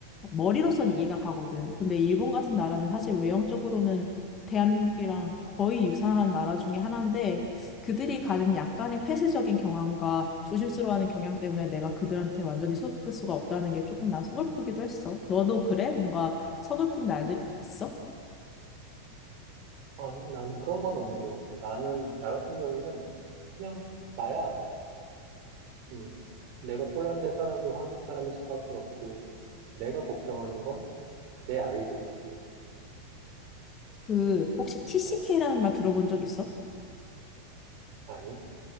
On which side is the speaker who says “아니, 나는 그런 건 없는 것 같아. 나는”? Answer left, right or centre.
Right